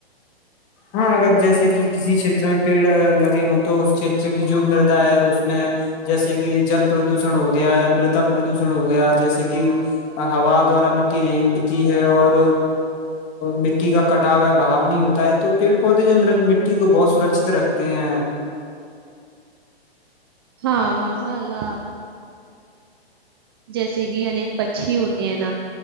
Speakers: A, on the left; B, on the right.
A: ہاں اگر جیسے کہ کسی چھیر میں پیڑ لگے ہوں تو اس چت کی جو مردا ہے اس میں جیسے کہ جل پردوشن ہو گیا یا مردا پردوشن ہو گیا جیسے کہ ہا دوارا مٹی نہیں اڑتی ہے اور مٹی کا کٹاؤ یا بھاؤ نہیں ہوتا ہے تو پیڑ پودے جو مرت مٹی کو بہت سرکچت رکھتے ہیں
B: ہاں ماشاء اللہ آپ جیسے کہ انیک پچی ہوتے ہیں نا